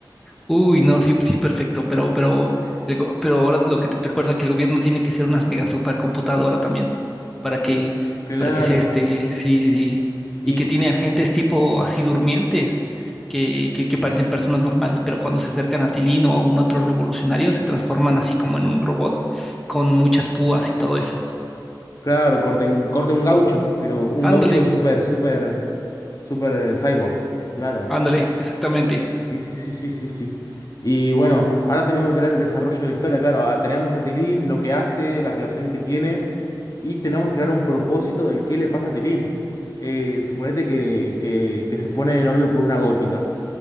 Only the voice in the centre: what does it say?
Uy, no, sí, sí, perfecto, pero, pero, el go- pero ahora lo que te recuerda que el gobierno tiene que ser una mega supercomputadora también, para que,
para que sea este, sí, sí, sí,
y que tiene agentes tipo así durmientes, que, que, que parecen personas normales, pero cuando se acercan a Tilín o a un otro revolucionario se transforman así como en un robot con muchas púas y todo eso.
Ándale,
ándale, exactamente.